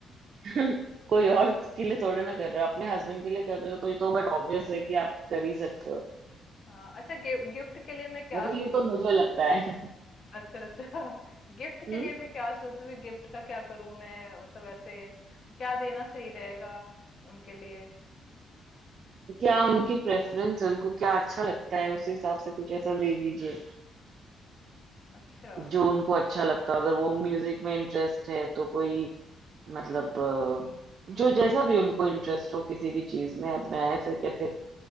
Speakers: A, on the right; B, on the left.
A: तो <laughs> कोई और के लिए थोड़े ना कर रहे हो अपने हस्बैंड के लिए कर रहे हो तो ये तो बट ऑब्वियस है कि आप कर ही सकते हो
B: हाँ, अच्छा गिफ्ट के लिए मैं क्या
A: मतलब
B: सोचूं
A: ये तो मुझे
B: जैसे
A: लगता है <laughs>
B: अच्छा अच्छा गिफ्ट
A: हम्म
B: के लिए मैं क्या सोचूं कि गिफ्ट का क्या करूं मैं मतलब ऐसे क्या देना सही रहेगा उनके लिए
A: क्या उनकी प्रेफरेंस उनको क्या अच्छा लगता है उस हिसाब से कुछ ऐसा दे दीजिए
B: अच्छा
A: जो उनको अच्छा लगता हो अगर वो म्यूजिक में इंटरेस्ट है तो कोई मतलब अ, जो जैसा भी उनको इंटरेस्ट हो किसी भी चीज में अब मैं फिर कैसे